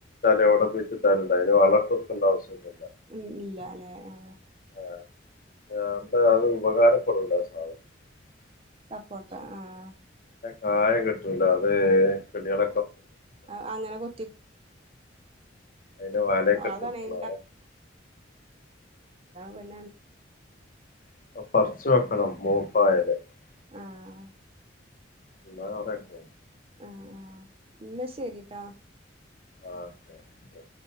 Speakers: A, on the left; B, on the right.
A: എവടെ കുയ്ച്ചിട്ടാലെന്താ അയ്ന് വളട്ടോട്ക്കണ്ട ആവശ്യല്ല്യ
B: ഉം ഇല്ല ലെ ആ
A: <unintelligible>
B: സപ്പോട്ട ആഹ്
A: കായ കിട്ടൂല അത് കിളികള
B: അ അങ്ങനെ കൊ
A: അതിന് വലയൊക്കെ
B: ഓ
A: ഇട്ട്
B: അതാണ്
A: കൊടുക്കണം അതൊക്കെ
B: പണി
A: <unintelligible>
B: ആഹ്
A: ഇന്നാ കൊറേ പോവും
B: ആ ഇന്നാ ശരിട്ടാ
A: ആഹ് ശെ ശരി